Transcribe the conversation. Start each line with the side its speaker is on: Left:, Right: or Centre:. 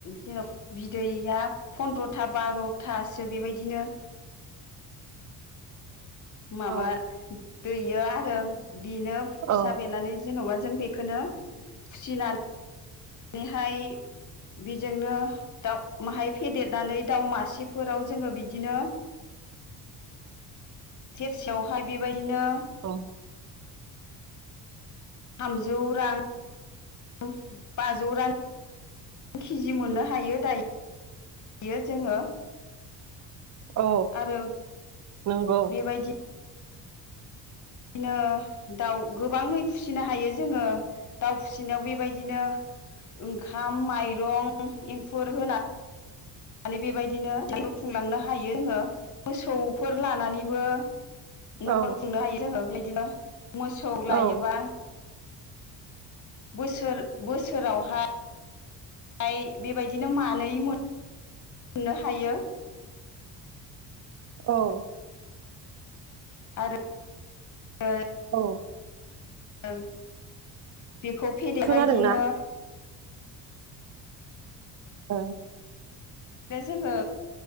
Left: जेन बिदैया फन्द्रथा बारथासो बेबायदिनो माबा
Right: औ
Left: दैयो आरो बेनो फिसा
Right: औ
Left: बेनानै जेनबा जों बेखौनो फुसिनानै बेैहाय बेजोंनो दाउ माहाय फेदेरनानै दाउ मासेफोराव जोङो बिदिनो सेरसेयावहाय बेबायदि बिदिनो
Right: औ
Left: थामजौ रां बाजौ रां केजि मोननो हायो दाय-यो जोङो
Right: औ
Left: आरो
Right: नंगौ
Left: बेबायदि बिदिनो दाउ गोबाङै फुसिनो हायो जोङो दाउ फुसिनायाव बेबायदिनो ओंखाम माइरं एंखुर होना माने बेबायदिनो जिउखौ खुंलांनो हायो जोङो मोसौफोर लानानैबो न'खर
Right: औ
Left: खुंनो हायो जोङो बे दिनो मोसौ
Right: औ
Left: लायोबा बोसोर बोसोरावहा हाय बेबायदिनो मानै मोन ननो हायो।
Right: औ
Left: <inaudible>
Right: औ
Left: ओं बेखौ फेदेबा
Right: खोनादोंना
Left: दिनो
Right: ओ
Left: नो जोङो